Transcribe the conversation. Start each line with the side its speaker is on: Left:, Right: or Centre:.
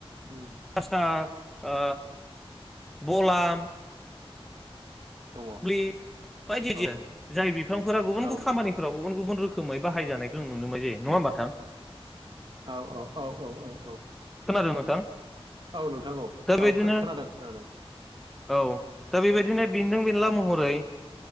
Right: ओम
Centre: <unintelligible> ओ बलाम
Right: दङ औ
Centre: ख्लि बायदि बायदि
Right: औ
Centre: आरो जाय बिफांफोरा गुबुन
Right: औ
Centre: गुबुन खामानिफोराव
Right: नोंथां औ
Centre: गुबुन गुब रोखोम खोमै बाहाय जानायखौ नों नुनो मोनाय जायो नङा होमबा थां?
Right: औ औ औ औ औ औ
Centre: खोनादों नोंथां
Right: औ नोंथां औ
Centre: दा
Right: औ
Centre: बेदिनो
Right: खोनादों खोनादों।
Centre: औ दा बेबायदिनो बेनदों बेनला महरै